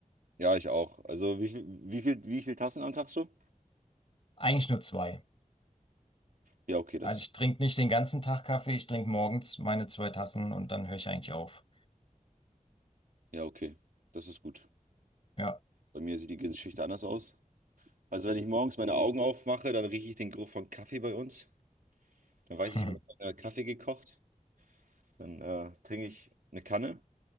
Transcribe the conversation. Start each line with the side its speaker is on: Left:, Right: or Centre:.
Right: Ja, ich auch. Also wie viel, wie viel, wie viel Tassen am Tag so?
Left: Eigentlich nur zwei.
Right: Ja, okay, das.
Left: Also ich trinke nicht den ganzen Tag Kaffee, ich trinke morgens meine zwei Tassen und dann höre ich eigentlich auf.
Right: Ja, okay. Das ist gut.
Left: Ja.
Right: Bei mir sieht die Geschichte anders aus. Also wenn ich morgens meine Augen aufmache, dann rieche ich den Geruch von Kaffee bei uns. Dann weiß
Left: <laughs>
Right: ich, ich habe Kaffee gekocht. Dann äh, trinke ich eine Kanne,